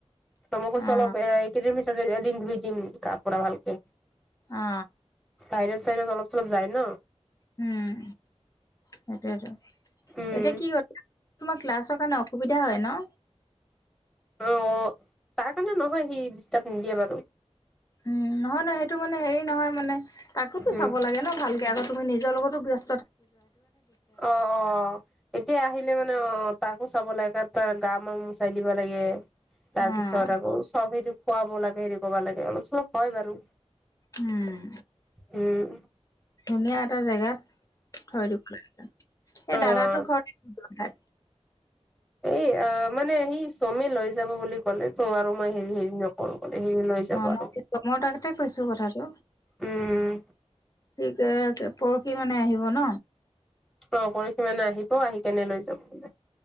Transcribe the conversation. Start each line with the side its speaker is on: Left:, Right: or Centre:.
Centre: তম কৈছো
Left: অ
Centre: অলপ এ এই কেইদিন এদিন ধুই দিম গা পোৰা ভালকে।
Left: অ
Centre: ভাইৰাছ চাইৰাছ অলপ চলপ যায় ন।
Left: উম, সেইটোয়েতো
Centre: উম
Left: এতিয়া কি ক তোমাৰ ক্লাছৰ কাৰণে। সুবিধা হয় ন।
Centre: অ, তাৰ কাৰণে নহয় সি ডিষ্টাৰ্ব নিদিয়ে বাৰু।
Left: উম, নহয়-নহয় সেইটো মানে হেৰি নহয় মানে। তাকোতো চাব
Centre: উম
Left: লাগে ন ভালকে আগত। তুমি নিজৰ লগতো ব্যচ
Centre: অ, অ, এতিয়া আহিলে মান ন তাকো চাব লাগে তাৰ গা মান মোচাই দিব লাগে। তাৰ
Left: অ',
Centre: পিছত আকৌ চব সেইটো খোৱাব লাগে হেৰি কৰিবা লাগে অলপ চলপ হয় বাৰু
Left: উম,
Centre: উম।
Left: ধুনীয়া এটা জেগাত থৈ দিব লাগে তাত। সে
Centre: অ
Left: দাদাটো ঘৰতে ঠাই
Centre: এই অ মানে সি চমে লৈ যাব বুলি ক'লে তো আৰু মই হেৰি হেৰি নকৰো। ক'লে সি লৈ যাব
Left: অ
Centre: আৰু
Left: নহ মই তাকতে কৈছো কথাটো,
Centre: উম
Left: ঠিকে আছে, পৰহি মানে আহিব ন।
Centre: অ পৰশি মানে আহিব আহি কেনে লৈ যাব বোলে।